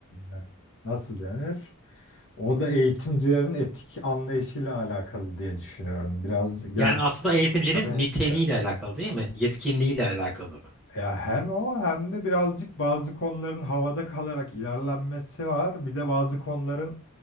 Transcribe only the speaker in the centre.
Yani aslında eğitimcinin niteliğiyle
alakalı değil mi? Yetkinliğiyle alakalı.